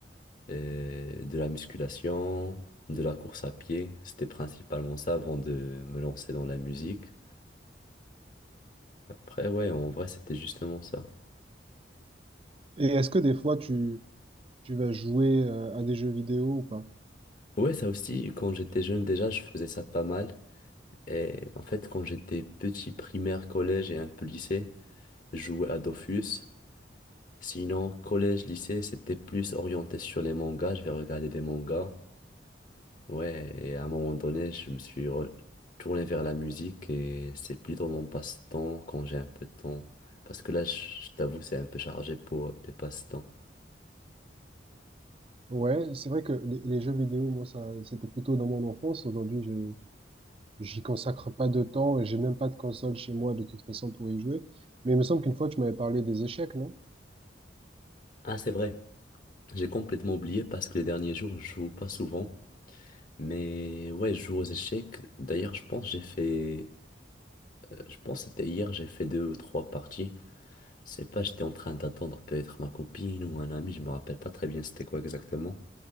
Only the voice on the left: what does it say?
euh, de la musculation, de la course à pied. C'était principalement ça avant de me lancer dans la musique. Après, ouais, en vrai, c'était justement ça.
Ouais, ça aussi, quand j'étais jeune déjà, je faisais ça pas mal. Et en fait, quand j'étais petit, primaire, collège et un peu lycée, je jouais à Dofus. Sinon, collège, lycée, c'était plus orienté sur les mangas. Je vais regarder des mangas. Ouais, et à un moment donné, je me suis retourné vers la musique et c'est plus dans mon passe-temps quand j'ai un peu de temps. Parce que là, je je t'avoue, c'est un peu chargé pour les passe-temps.
Ah, c'est vrai, j'ai complètement oublié parce que les derniers jours, je joue pas souvent. Mais ouais, je joue aux échecs. D'ailleurs, je pense que j'ai fait, euh, je pense que c'était hier, j'ai fait deux ou trois parties. Je sais pas, j'étais en train d'attendre peut-être ma copine ou un ami, je me rappelle pas très bien c'était quoi exactement.